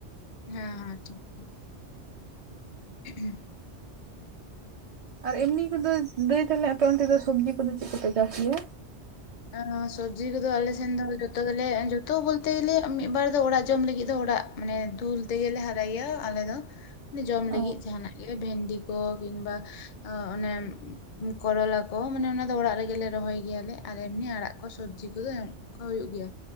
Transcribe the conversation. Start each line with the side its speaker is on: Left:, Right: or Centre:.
Left: <unintelligible> <inaudible>
Right: ᱟᱨ ᱮᱢᱱᱤ ᱠᱚᱫᱚ ᱫᱟᱹᱭ ᱛᱟᱦᱞᱮ ᱟᱯᱮ ᱚᱱᱛᱮ ᱫᱚ ᱥᱚᱵᱡᱤ ᱠᱚᱫᱚ ᱪᱮᱜ ᱠᱚᱯᱮ ᱪᱟᱥ ᱜᱤᱭᱟ?
Left: ᱟᱸ ᱥᱚᱵᱽᱡᱤ ᱠᱚᱫᱚ ᱟᱞᱮ ᱥᱮᱱ ᱫᱚ ᱡᱚᱛᱚ ᱜᱮᱞᱮ, ᱡᱚᱛᱚ ᱵᱚᱞᱛᱮ ᱜᱮᱞᱮ ᱢᱤᱫ ᱵᱟᱨ ᱫᱚ ᱚᱲᱟᱜ ᱡᱚᱢ ᱞᱟᱹᱜᱤᱫ ᱫᱚ ᱚᱲᱟᱜ ᱢᱟᱱᱮ ᱫᱩᱞ ᱛᱮᱜᱮ ᱞᱮ ᱦᱟᱨᱟᱭ ᱜᱮᱭᱟ ᱟᱞᱮ ᱫᱚ ᱡᱚᱢ ᱞᱟᱹᱜᱤᱜ
Right: ᱚ
Left: ᱡᱟᱦᱟᱸᱱᱟᱜ ᱜᱮ ᱵᱷᱮᱱᱰᱤ ᱠᱚ ᱠᱤᱢᱵᱟ ᱚ ᱚᱱᱮ ᱠᱚᱨᱚᱞᱟ ᱠᱚ ᱢᱟᱱᱮ ᱚᱱᱟ ᱫᱚ ᱚᱲᱟᱜ ᱨᱮᱜᱮᱞᱮ ᱨᱚᱦᱚᱭ ᱜᱮᱭᱟᱞᱮ ᱟᱨ ᱮᱢᱱᱤ ᱟᱲᱟᱜ ᱠᱚ ᱥᱚᱵᱽᱡᱤ ᱠᱚᱫᱚ <unintelligible> ᱦᱩᱭᱩᱜ ᱜᱮᱭᱟ